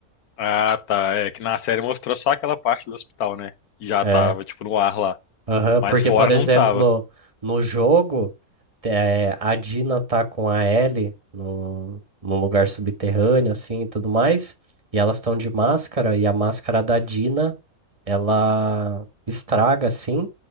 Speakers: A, on the left (about 80°); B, on the right (about 25°).
A: Ah, tá. É que na série mostrou só aquela parte do hospital, né? Já
B: É.
A: tava, tipo, no ar lá.
B: Aham,
A: Mas
B: porque,
A: fora
B: por exemplo,
A: não tava.
B: no jogo. É, a Dina tá com a Ellie num, num lugar subterrâneo, assim, e tudo mais. E elas estão de máscara, e a máscara da Dina, ela estraga, assim,